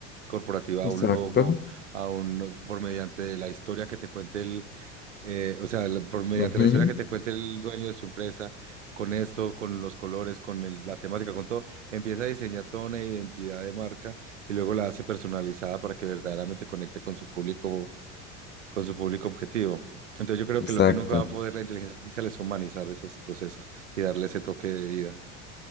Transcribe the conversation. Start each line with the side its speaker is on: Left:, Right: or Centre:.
Right: corporativa
Left: Exacto.
Right: a un logo, a un, por mediante la historia que te cuente eh, o sea, la- por, mediante
Left: Ujú,
Right: la historia que te cuente el dueño de su empresa, con esto, con los colores, con el- la temática, con todo, empieza a diseñar toda una identidad de marca y luego la hace personalizada para que verdaderamente conecte con su público, con su público objetivo. Entonces yo creo
Left: Exacto.
Right: que lo que nunca va a poder la inteligencia artificial es humanizar esos procesos y darle ese toque de vida.